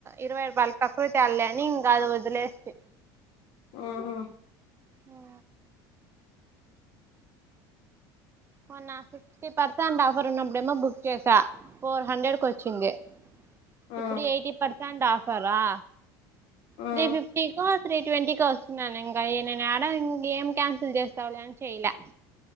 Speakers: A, on the right; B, on the left.
A: ఇరవై రూపాయల్ కాకృతి న అది వదిలేసి
B: ఆహా
A: ఆ మోన్నా సిక్స్టీ పర్సెంట్ ఎవరు ఉన్నప్పుడేమో బుక్ చేసా ఫోర్ హండ్రెడ్ కు వచ్చింది
B: ఆ
A: ఇప్పుడు ఎయిటీ పర్సెంట్ ఆఫ్ ఆఫరా
B: ఆ
A: త్రీ ఫిఫ్టీకో త్రీ ట్వంటీకో వస్తున్నాను ఇంకా నేను ఆడాం న ఏం కన్సల్ చేస్తావలేం చెయలే